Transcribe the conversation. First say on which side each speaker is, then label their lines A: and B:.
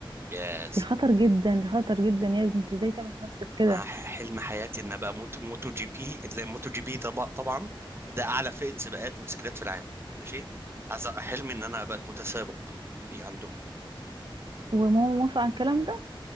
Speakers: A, on the right; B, on the right.
A: يس
B: دي خطر جدا دي خطر جدا يا بنت ازاي تعمل في نفسك كده
A: انا حلم حياتي ان ابقى موتو موتو جي بي اللي موتو جي بي ده بقى- طبعا ده اعلى فئه سباقات موتوسيكلات في العالم ماشي عايز أ- حلمي ان انا ابقى متسابق في عنده
B: وماما موافقه على الكلام ده